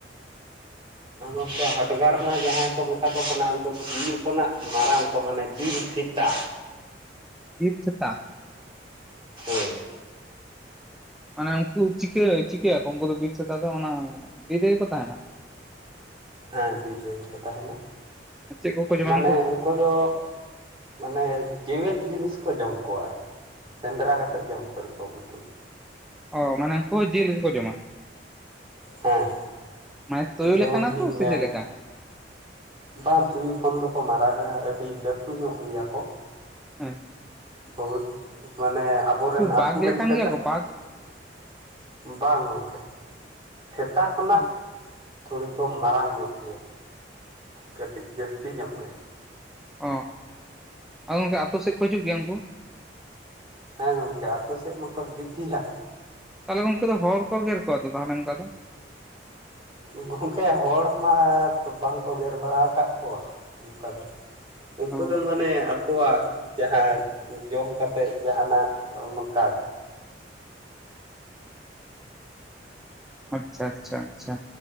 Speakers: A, on the right; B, in the centre.
A: ᱟᱨ ᱜᱚᱝᱠᱮ ᱦᱟᱰᱜᱟᱨ ᱢᱟ ᱡᱟᱦᱟᱸᱭ ᱠᱚ ᱢᱮᱛᱟ ᱠᱚ ᱠᱟᱱᱟ ᱩᱱᱠᱩ ᱛᱩᱭᱩ ᱠᱷᱚᱱᱟᱜ ᱢᱟᱨᱟᱝ ᱠᱚ ᱢᱟᱱᱮ ᱵᱤᱨ ᱥᱤᱛᱟ᱾
B: ᱵᱤᱨ ᱥᱤᱛᱟ?
A: ᱦᱳᱭ
B: ᱢᱟᱱᱮ ᱩᱱᱠᱩ ᱪᱤᱠᱟᱹ ᱪᱤᱠᱟᱹᱭᱟᱠᱚ ᱩᱱᱠᱩ ᱫᱚ ᱵᱤᱨ ᱥᱮᱛᱟ ᱫᱚ ᱚᱱᱟ ᱵᱤᱨ ᱨᱮᱜᱮ ᱠᱚ ᱛᱟᱦᱮᱱᱟ?
A: ᱦᱮᱸ ᱵᱤᱨ ᱨᱮᱜᱮ ᱠᱚ ᱛᱟᱦᱮᱱᱟ
B: ᱪᱮᱫ ᱠᱚᱠᱚ ᱡᱚᱢᱟ
A: ᱢᱟᱱᱮ ᱩᱱᱠᱩ ᱫᱚ ᱼᱼ ᱢᱟᱱᱮ ᱡᱮᱣᱮᱫ ᱡᱤᱱᱤᱥ ᱠᱚ ᱡᱚᱢ ᱠᱚᱣᱟ ᱟᱨᱠᱤ᱾ ᱥᱮᱸᱫᱽᱨᱟ ᱠᱟᱛᱮᱫ ᱡᱚᱢ ᱯᱟᱹᱨᱠᱟᱹᱣ ᱩᱱᱠᱩ ᱫᱚ᱾
B: ᱚ ᱢᱟᱱᱮ ᱩᱱᱠᱩ ᱦᱚ ᱡᱤᱞ ᱜᱮᱠᱚ ᱡᱚᱢᱟ?
A: ᱦᱮᱸ
B: ᱢᱟᱱᱮ ᱛᱩᱭᱩ
A: ᱡᱮᱢᱚᱱ
B: ᱞᱮᱠᱟ ᱱᱟᱠᱩ
A: ᱠᱤ ᱢᱮᱨ
B: ᱥᱮ ᱪᱮᱫ ᱞᱮᱠᱟ?
A: ᱵᱟᱝ ᱛᱩᱭᱩ ᱠᱷᱚᱱ ᱫᱚᱠᱚ ᱢᱟᱨᱟᱜ ᱟᱹᱰᱤ ᱞᱟᱹᱴᱷᱩ ᱧᱚᱜ ᱜᱮᱭᱟ ᱠᱚ᱾
B: ᱦᱩᱸ᱾
A: ᱵᱚᱦᱩᱛ ᱢᱟᱱᱮ ᱟᱵᱚᱨᱮᱱ ᱟᱛᱩ
B: ᱵᱟᱜᱽ
A: ᱨᱮᱱ
B: ᱞᱮᱠᱟᱱ
A: ᱥᱮᱛᱟ
B: ᱜᱮᱭᱟ ᱠᱚ ᱵᱟᱜᱽ
A: ᱾ ᱵᱟᱝ ᱜᱚᱝᱠᱮ ᱥᱮᱛᱟ ᱠᱷᱚᱱᱟᱜᱼᱼ
B: ᱚ
A: ᱛᱷᱩᱲᱤ ᱠᱚ ᱢᱟᱨᱟᱝ ᱧᱚᱜ ᱜᱮᱭᱟ ᱠᱟᱹᱴᱤᱡ ᱡᱟᱹᱥᱛᱤ ᱧᱚᱜ ᱜᱮ᱾
B: ᱚ ᱟᱫᱚ ᱜᱚᱝᱠᱮ ᱟᱛᱳ ᱥᱮᱫ ᱠᱚ ᱦᱤᱡᱩᱜ ᱜᱮᱭᱟ ᱩᱱᱠᱩ?
A: ᱦᱮᱸ ᱜᱚᱝᱠᱮ ᱟᱛᱳ ᱥᱮᱫ ᱢᱟᱠᱚ ᱦᱤᱡᱩᱜ ᱜᱮᱭᱟ᱾
B: ᱛᱟᱦᱚᱞᱮ ᱜᱚᱝᱠᱮ ᱫᱚ ᱦᱚᱲ ᱦᱚᱠᱚ ᱜᱮᱨ ᱠᱚᱣᱟ ᱫᱚ ᱛᱟᱦᱚᱞᱮ ᱚᱱᱠᱟ ᱫᱚ?
A: ᱜᱚᱝᱠᱮ ᱦᱚᱲ ᱢᱟ ᱛᱚ ᱵᱟᱝᱠᱚ ᱜᱮᱨ ᱵᱟᱲᱟᱣ ᱠᱟᱫ ᱠᱚᱣᱟ ᱚᱝᱠᱟ ᱫᱚ᱾ ᱩᱱᱠᱩ
B: ᱚ
A: ᱫᱚ ᱢᱟᱱᱮ ᱟᱠᱚᱣᱟᱜᱼᱼ ᱡᱟᱦᱟᱸ ᱡᱚᱢ ᱠᱟᱛᱮᱫ ᱡᱟᱦᱟᱱᱟᱜ ᱚᱱᱠᱟ
B: ᱟᱪᱪᱷᱟ ᱟᱪᱪᱷᱟ ᱟᱪᱪᱷᱟ